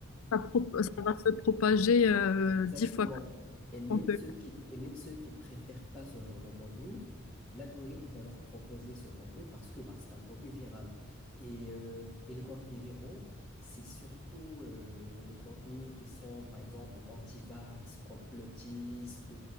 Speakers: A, on the left; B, in the centre.
A: Ça, pro- ça va se propager euh,
B: Exactement.
A: dix fois plus.
B: Et même ceux qui, et même ceux qui préfèrent pas ce genre de contenu, l'algorithme va leur proposer ce contenu parce que bah, c'est un contenu viral. Et, euh, et les contenus viraux, c'est surtout euh, les contenus qui sont, par exemple, anti-vax, complotistes,